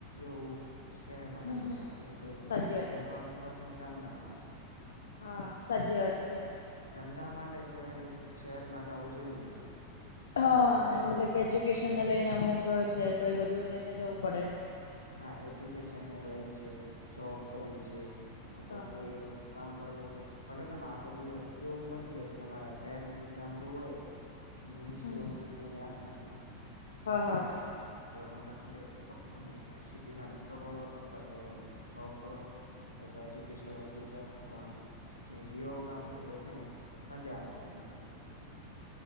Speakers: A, on the left; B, on the left.
A: એવું શહેરમાં
B: હમ
A: નથી
B: હમ
A: મળતું. એટલે
B: સાચી
A: મને
B: વાત
A: રહેવાની
B: છે
A: પસંદ ગામડામાં આવે.
B: હા, સાચી વાત છે.
A: ધંધા માટે શહેરી, શહેરમાં જાવું જરૂરી છે.
B: હા,
A: પણ
B: એ મતલબ કે એજ્યુકેશનને લઈને અમુક છે, તો એ બધું લઈને જવું પડે.
A: હા એજ્યુકેશનને લઈને છે, જોબ કરવી છે, અથવા
B: હા
A: ત
B: હા
A: કોઈ એવું કામ કરવું હોય છે. ભલે તમે આખો દિવસ, એવું બની રહે કે તમારા શહેર નજીક ગામડું હોય વીસ
B: હમ
A: કિલોમીટરની
B: હમ
A: જ્યાં આસપાસમાં
B: હા હા.
A: તો તમે ગામડે રહો, અને સિટીમાં ધંધો કરો અથવા તો જોબ કરો. અથવા એજ્યુકેશ લેવા સીટીમ જાવ. પણ રયો ગામ એટલે છે ને મજા આવે તમને એમ.